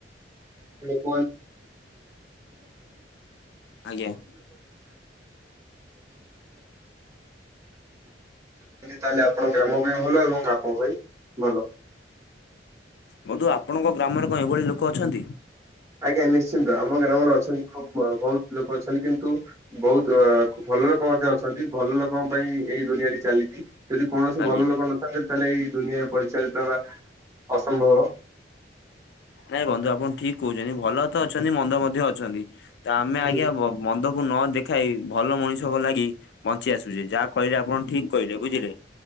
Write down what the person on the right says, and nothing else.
<unintelligible> <unintelligible> <unintelligible>
ତାହେଲେ ଆପଣ ଗ୍ରାମ ପାଇଁ ଭଲ ଏବଂ ଆପଣଙ୍କ ପାଇଁ ଭଲ।
ଆଜ୍ଞା ନିଶ୍ଚିନ୍ତ ଆମ ଗ୍ରାମରେ ଅଛନ୍ତି ଖୁବ ବହୁତ ଲୋକ ଅଛନ୍ତି କିନ୍ତୁ ବହୁତ ଭଲ ଲୋକ ମଧ୍ୟ ଅଛନ୍ତି ଭଲ ଲୋକଙ୍କ ପାଇଁ ଏଇ ଦୁନିଆଟି ଚାଲିଛି। ଯଦି କୌଣସି
ଭଲ ଲୋକ ନଥାନ୍ତେ ତାହେଲେ ଏଇ ଦୁନିଆରେ ପରିଚାଳିତ ହେବା ଅସମ୍ଭବ।
ହୁଁ